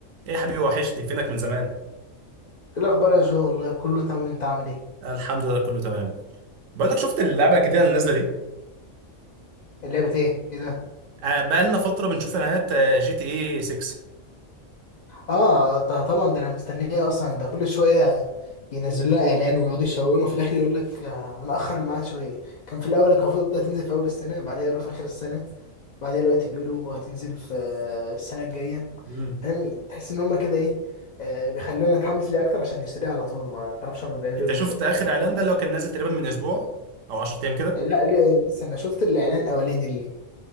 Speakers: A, on the right; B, on the left.
A: ايه يا حبيبي وحشني فينك من زمان
B: ايه الاخبار يا جو والله كله تمام انت عامل ايه
A: الحمد لله كله تمام بقول لك شفت اللعبه الجديده اللي نازله دي
B: اللعبه ايه ايه ده
A: آه بقى لنا فتره بنشوف اعلانات آه، جي تي اي 6
B: اه ط- طبعا ده انا مستنيه اصلا ده كل شويه ينزلوا لنا اعلان ويقعدوا يشوقونا وفي الاخر يقول لك آه هنأخر الميعاد شويه كان في الاول كان المفروض هتنزل في اول السنه بعدين قالوا في اخر السنه بعدين دلوقتي بيقولوا هتنزل في آه، السنه الجايه
A: مم.
B: فاهم تحس ان هما كده ايه آه بيخلونا نتحمس ليه اكتر عشان نشتريه على طول ما تعرفش هما بيعملوا
A: انت
B: ايه
A: شفت
B: بالظبط
A: اخر اعلان ده اللي هو كان نازل تقريبا من اسبوع او 10 ايام كده
B: لا ليه- لسه انا شفت الاعلان الاولاني ليه